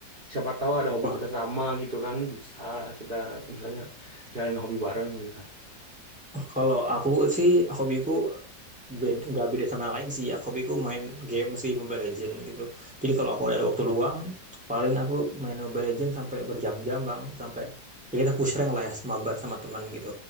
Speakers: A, on the right; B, in the centre.
A: Siapa tahu ada hobi
B: Wah,
A: kita sama gitu kan? Bisa kita misalnya jalanin hobi bareng gitu.
B: kalau aku sih hobiku beda, nggak beda sama yang lain sih. Ya, hobiku main game sih, Mobile Legend gitu. Jadi kalau aku ada waktu luang, paling aku main Mobile Legend sampai berjam-jam bang, sampai ya kita push rank lah ya, mabar sama teman gitu.